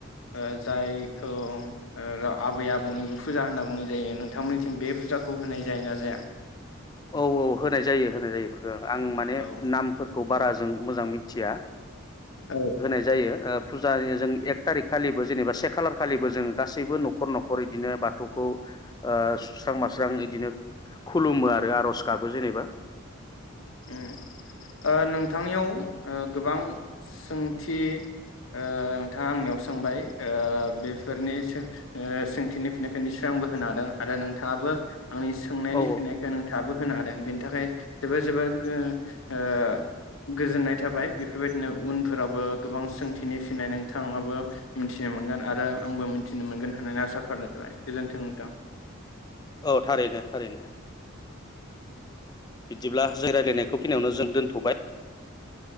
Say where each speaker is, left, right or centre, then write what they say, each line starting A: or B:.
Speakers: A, on the left; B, on the left.
A: ओ जायखौ ओ आबै आबौनिबो फुजा होनना बुंनाय जायो नोंथांमोननिथिं बे फुजाखौ होनाय जायो ना जाया।
B: औ औ होनाय जायो होनाय जायो इफोरखौ आं माने
A: औ
B: नामफोर खौ बारा जों मोजां मिथिया।
A: औ
B: होनाय जायो ओ फुजानि जों एक थारिख खालिबो जेनेबा से खालार खालिबो जोङो गासैबो न'खर न'खर इदिनो बाथौखौ ओ सुस्रां मास्रां इदिनो खुलुमो ओ आर'ज गाबो जेनेबा।
A: उम ओ नोंथांनियाव ओ गोबां सोंथि ओ नोंथाङा आंनियाव सोंबाय ओ बेफोरनि सो ओ सोंथिनि फिनायखौ निसय आंबो होनो हादों आरो नोंथाङाबो। आंनि सोंनायनि
B: औ औ
A: फिनायखौ नोंथाङाबो होनो हादों। बेनि थाखाय जोबोर जोबोर। गो ओ गोजोननाय थाबाय बेफोरबायदिनो। उनफोराबो गोबां सोंथि। नि फिनाय नोंथाङाबो मोनथिनो मोनगोन आरो आंबो थिनो मोनगोन होननानै आसा फारिनाय थाबाय। गोजोन्थों नोंथां।
B: औ थारैनो थारैनो। बिदिब्ला। जों रायलायनायखौ बेखिनियावनो जों दोन्थ'बाय।